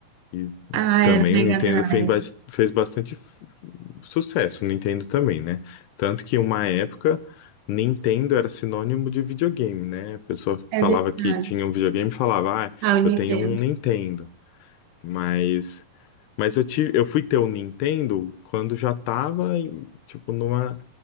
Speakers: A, on the left (about 85°); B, on the right (about 80°).
A: E
B: Ah,
A: também
B: era o Mega
A: o Nintendo
B: Drive.
A: fez, bas- fez bastante f- sucesso, o Nintendo também, né? Tanto que uma época. Nintendo era sinônimo de videogame, né? A pessoa
B: É
A: falava
B: verdade.
A: que tinha um videogame e falava, ah,
B: Ah, o Nintendo.
A: eu tenho um Nintendo. Mas Mas eu tive, eu fui ter o Nintendo quando já tava, em, tipo, numa,